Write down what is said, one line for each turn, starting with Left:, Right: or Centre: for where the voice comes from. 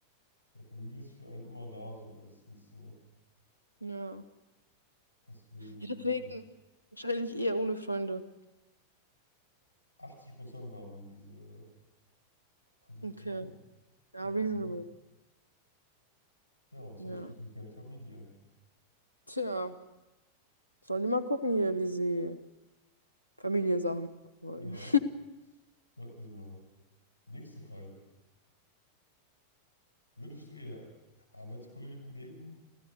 Right: ja, Familie ist für einen immer da, so meistens so.
Left: Ja.
Right: Deswegen
Left: Ja, deswegen wahrscheinlich eher ohne Freunde.
Right: 80% haben diese Antwort
Left: Okay.
Right: genommen. Keine
Left: Ja, reasonable.
Right: Freunde. Ja, und 20%
Left: Ja.
Right: gerne Familie.
Left: Tja, sollen die mal gucken hier, wie sie Familiensachen machen wollen.
Right: Ja, warten Sie mal. Nächste Frage. Würdest du eher einen Arbeitskollegen daten